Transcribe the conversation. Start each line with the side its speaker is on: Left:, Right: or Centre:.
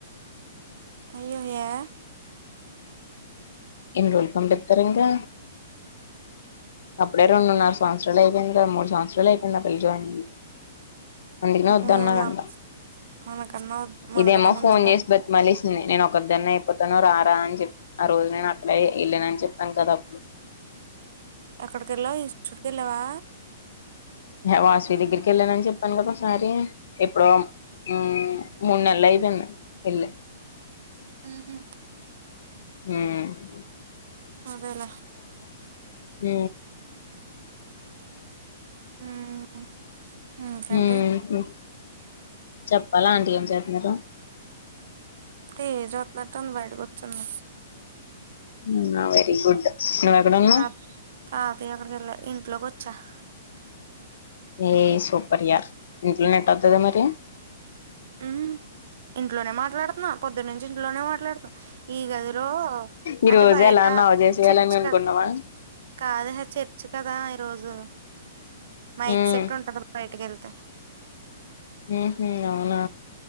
Right: అయ్యో ఏ
Left: ఎన్ని రోజలుు పంపిస్తారు ఇంకా అప్పుడే రెండున్నర సంవత్సరాలు అయి మూడు సంవత్సరాలు అయిపోయింది ఆ పిల్ల జోయిన్ అందుకనే వద్దు
Right: ఉమ్,
Left: అన్నరంట
Right: మన మనకన్నా మనకన్నా
Left: ఇదేమో
Right: ముందే
Left: ఫోన్
Right: కదా
Left: చేసి బతి మలిసింది నేను ఒకద్దన్న అయిపోతు తను రారా అని చెప్పి ఆ రోజు నేను అక్కడ వెళ్ళన అని చెప్పాను కదా అప్పుడు
Right: ఎక్కడికెళ్ళావు ఇన్స్టిట్యూట్ కి వెళ్ళావా
Left: వాష్వి దగ్గరికి వెళ్ళానని చెప్పాను కదా ఒకసారి ఎప్పుడో ఉం మూన్నెలయి పోయింది వెళ్లి
Right: ఉహు
Left: ఉహ్
Right: అదర
Left: ఉ
Right: ఉ ఇంకేంటి
Left: ఉహు చెప్పాలా అంటీ ఏం చేతున్నారు
Right: టీవీ చూతున్నట్టుంది బయట కూర్చుంది
Left: అవునా వెరీ గుడ్ నువ్వు ఎక్కడున్నావ్
Right: త తాత ఏక్కడికి ఏల్లే ఇంట్లోక్ చహ్
Left: ఏయ్ సూపర్ యార్ ఇంట్లో నెట్ ఒత్తదా మరి
Right: ఉ ఇంట్లోనే మాట్లాడుతున్నా పొద్దున్నుంచి ఇంట్లోనే మాట్లాడుతున్నా ఈ గదిలో
Left: ఈ
Right: అంటే
Left: రోజు
Right: బయట
Left: ఎలా నవ చేసేయాలని
Right: చర్చ
Left: అనుకున్నావా
Right: కద్ కాదు ఏహే చర్చు కదా ఈరోజు మైక్
Left: ఉమ్
Right: సెట్ ఉంటంద గా బయటికేళ్తే
Left: ఉహు అవునా